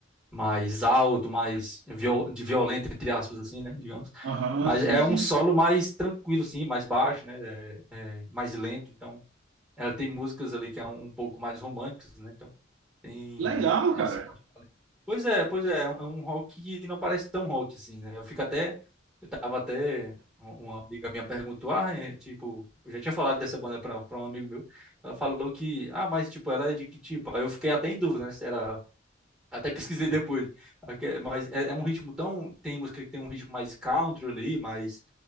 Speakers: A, in the centre; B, on the right (about 70°).
A: mais alto, mais viol, de violento, entre aspas, assim, né? Digamos.
B: aham,
A: Mas
B: sim,
A: é
B: sim.
A: um solo mais tranquilo, assim, mais baixo, né? É, é mais lento, então... Ela tem músicas ali que é um um pouco mais românticas, né? Então, tem
B: Legal,
A: essa
B: cara.
A: parte ali. Pois é, pois é, é um é um rock que não parece tão rock assim, né? Eu fico até, eu tava até, uma uma amiga minha perguntou, ah, é, tipo, eu já tinha falado dessa banda pra, pra um amigo meu, ela falou que, ah, mas tipo, ela é de que tipo? Aí eu fiquei até em dúvida, né, se era, até pesquisei depois, Aque- mas é, é um ritmo tão, tem música que tem um ritmo mais country ali, mais,